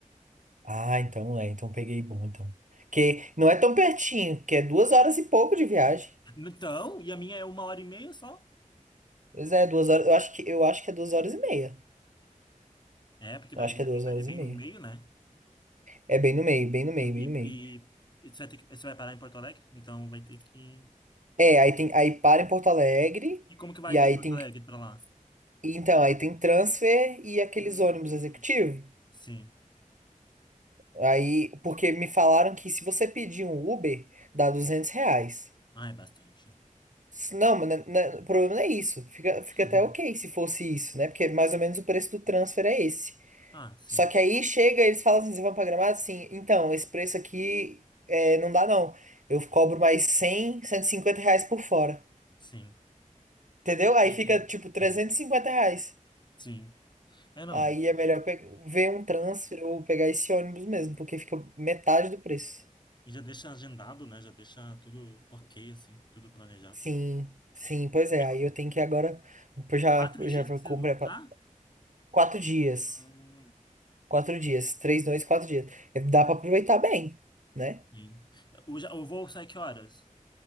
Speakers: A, on the right (about 65°); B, on the left (about 30°).
A: Ah, então é, então peguei bom, então. Que não é tão pertinho, que é duas horas e pouco de viagem.
B: Então, e a minha é uma hora e meia só?
A: Pois é, duas horas, eu acho que, eu acho que é duas horas e meia.
B: É, porque Brasília
A: Eu acho que é
B: é
A: duas
B: bem,
A: horas
B: é bem
A: e meia.
B: no meio, né?
A: É bem no meio, bem no meio,
B: E,
A: bem no meio.
B: e, e- você vai ter que, você vai parar em Porto Alegre? Então vai ter que.
A: É, aí tem, aí para em Porto Alegre,
B: E como que vai
A: e
B: de
A: aí
B: Porto
A: tem,
B: Alegre pra lá?
A: então, aí tem transfer e aqueles
B: Hum,
A: ônibus executivos.
B: sim.
A: Aí, porque me falaram que se você pedir um Uber, dá 200 reais.
B: Ah, é bastante.
A: S- Não, mas né, né, o problema não é isso. Fica, fica
B: <laughs>
A: até ok se fosse isso, né? Porque mais ou menos o preço do transfer é esse.
B: Ah, sim,
A: Só que aí chega, eles falam assim, vocês vão pra Gramado? Sim. Então, esse preço aqui é, não dá não. Eu cobro mais cem cento e cinquenta reais por fora.
B: sim.
A: Entendeu? Aí
B: É,
A: fica
B: tem-
A: tipo trezentos
B: Sim,
A: e cinquenta reais.
B: sim. É, não.
A: Aí
B: E
A: é melhor pe- ver um transfer ou pegar esse ônibus mesmo, porque fica metade do preço.
B: e já deixa agendado, né? Já deixa tudo ok, assim, tudo planejado.
A: Sim, sim, pois é.
B: É
A: Aí
B: qu-
A: eu tenho que agora. eu Já,
B: quatro dias
A: já
B: que vocês
A: comprei
B: vão ficar?
A: pra- quatro dias.
B: Hum,
A: Quatro dias. Três noites, quatro dias. É, Dá pra aproveitar bem, né?
B: sim. O, já- o voo sai que horas?